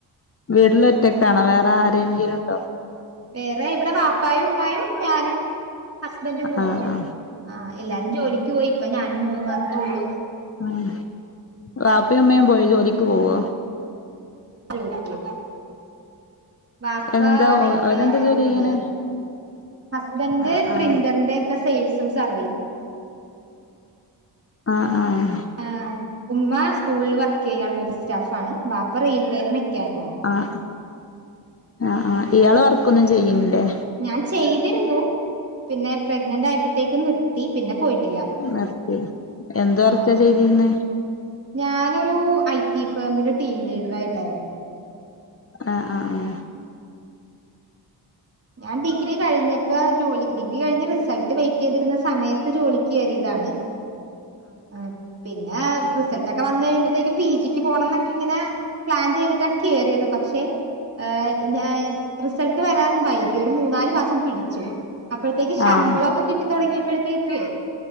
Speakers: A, on the left; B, on the right.
A: വീട്ടില് ഒറ്റക്കാണോ വേറെ ആരെെങ്കിലും ഉണ്ടോ
B: വേറെ ഇവിടെ വാപ്പായും ഉമ്മായും ഞാനും ഹസ്ബൻഡും
A: ആഹ്
B: മോളും
A: ആഹ്
B: ആഹ് എല്ലാരും ജോലിക്ക് പോയി ഇപ്പ ഞാനും മോളും മാത്രേ ഉള്ളൂ
A: ആഹ് വാപ്പയും ഉമ്മയും പോയി ജോലിക്ക് പോകുവോ
B: ജോലിക്ക് പോകും വാപ്പാ
A: എന്താ
B: റെയിൽവേയിൽ
A: ഓ അവരെന്താ ജോലി
B: ജോലിയാ
A: ചെയ്യണേ
B: ഹസ്ബൻഡ്
A: ആഹ്
B: പ്രിന്ററിന്റെ ക്കെ സെയിൽസും സർവെയ്യും
A: ആഹ് ആഹ്
B: ആഹ് ഉമ്മ സ്കൂളിൽ വർക്ക്യ്യാണ് ഓഫീസ് സ്റ്റാഫണ് ബാപ്പ റെയിൽവേയിലെ മെക്കാനിക് ആണ്
A: ആഹ് ആഹ് ആഹ്ഇയാള് വർക്കൊന്നും ചെയ്യുന്നില്ലേ
B: ഞാൻ ചെയ്തിരുന്നു പിന്നെ പ്രഗ്നന്റ് ആയപ്പോത്തേക്കും നിർത്തി പിന്നെ പോയിട്ടില്ല
A: വർകെയ്യാ എന്ത് വർക്കാ
B: ആ
A: ചെയ്തിരുന്നെ
B: ഞാനൊരു ഐ ടി ഫേമില് ടീം ലീഡർ ആയിട്ടായിരുന്നു
A: ആഹ് ആഹ് ആഹ്
B: ഞാൻ ഡിഗ്രി കഴിഞ്ഞപ്പോ ജോലി ഡിഗ്രി കഴിഞ് റിസൾട്ട് വെയിറ്റ് ചെയ്തിരുന്ന സമയത്ത് പ്പ ജോലിക്ക് കയറിയതാണ് ആഹ് പിന്നെ പിന്നെ റിസൾട്ട് ഒക്കെ വന്നു കഴിയുമ്പഴത്തേക്കും പി ജിക്ക് പോണം എന്നൊക്കെ ഇങ്ങനെ പ്ലാൻ ചെയ്തിട്ടാണ് കയറിയത് പക്ഷെ ഏ ഞാൻ റിസൾട്ട് വരാൻ വൈകി ഒരു മൂന്നാല് മാസം പിടിച്ചു അപ്പോഴത്തേക്ക് ശമ്പളംൊക്കെ
A: ആഹ് ആഹ്
B: കിട്ടി തുടങ്ങിയപ്പോഴത്തേക്